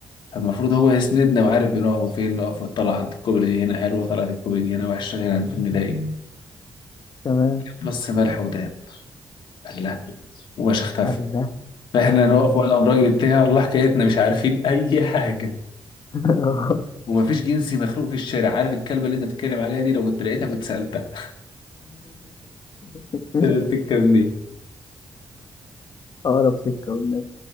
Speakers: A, on the left; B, on the left.
A: فالمفروض هو يسندنا وعارف بنقف فين نقف وطلع عند الكوبري دي هنا حلوة طلعت الكوبري دي هنا وحشة هنا ممكن نلاقي
B: تمام
A: بص ملح وداب قال لا وباش اختفى
B: الله
A: فاحنا نقف وانا والراجل بتاعي والله حكايتنا مش عارفين اي حاجة
B: <laughs> آه.
A: ومفيش جنسي مخلوق في الشارع عارف الكلمه اللي انت بتتكلم عليها دي لو كنت لقيتها كنت سالتها
B: <laughs>
A: طلعت الكلام دي
B: أقرب سكة والنبي